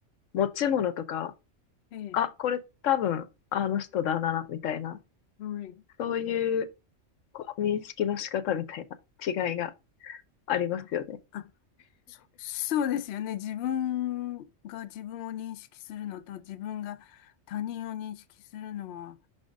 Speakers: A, on the left; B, on the left.
A: 持ち物とか、
B: ええ。
A: あ、これ多分あの人だな、みたいな、
B: はい。
A: そういうこう認識の仕方みたいな違いがありますよね。
B: あ、あ、そそうですよね。自分が自分を認識するのと自分が他人を認識するのは